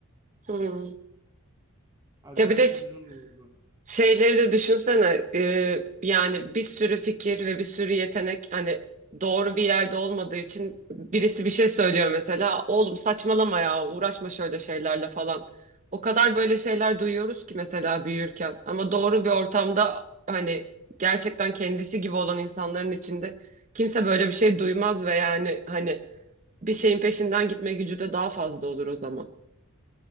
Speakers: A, on the right (about 35°); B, on the right (about 20°).
A: hı.
B: Acayip
A: Ya bir de
B: de
A: ş-
B: güzel olurdu.
A: Şeyleri de düşünsene e, yani bir sürü fikir ve bir sürü yetenek hani doğru bir yerde olmadığı için birisi bir şey söylüyor mesela oğlum saçmalama ya uğraşma şöyle şeylerle falan. O kadar böyle şeyler duyuyoruz ki mesela büyürken ama doğru bir ortamda hani gerçekten kendisi gibi olan insanların içinde kimse böyle bir şey duymaz ve yani hani bir şeyin peşinden gitme gücü de daha fazla olur o zaman.